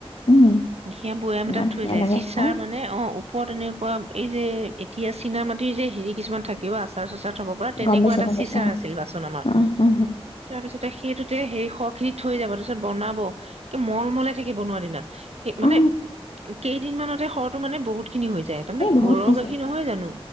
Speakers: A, on the left; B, on the right.
A: উম
B: সেয়া বৈয়াম
A: ইমান
B: এটাত
A: ধুনীয়া
B: থৈ যায়।
A: লাগে
B: চিচাৰ
A: খাই
B: মানে অ, ওপৰত এনে উআম, এই যে এতিয়া চীনা মাটিৰ যে হেৰিক কিছুমান থাকে অ আচাৰ চাচাৰ থ'ব পৰা, তেনেকুৱা
A: গম পাইছো
B: এটা
A: গম
B: চিচাৰ
A: পাইছো
B: আছ ছিলিবাছ খন
A: অ
B: আমা,
A: অ
B: তাৰ পিছতে সেইটোত তে হেই খ খিনি থৈ যাব, তাপিছত বনাব। কে মলমলাই থাকে বনোৱাৰ দিনা। এ মানে
A: অ অ
B: কেইদিনমানানতে খৰটো মানে বহুত খিন হৈ যায়, তামানে
A: এই বহুত
B: ঘৰৰ
A: হৈছে
B: গাখীৰ নহয় জানো,